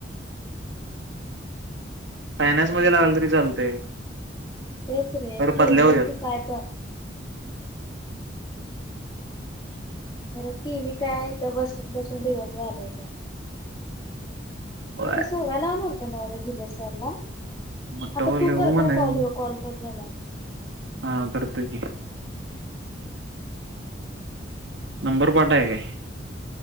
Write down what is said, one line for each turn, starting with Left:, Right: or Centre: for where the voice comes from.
Right: फायनान्स मध्ये लागला तरी चालतय
Left: तेच रे
Right: खर
Left: केली
Right: बदल्या होत्यात
Left: असती काय पण खर केली कायथ बसून बसून दिवस घाल होता
Right: होय
Left: आणि ते सोहडा लावूनतो नव्या जुबेर सरला
Right: मोठ
Left: आता
Right: बोलले
Left: तू
Right: हो
Left: कर
Right: म्हणायच
Left: काय कॉल कॉल कर झाला
Right: हा करत क नंबर पट आहे का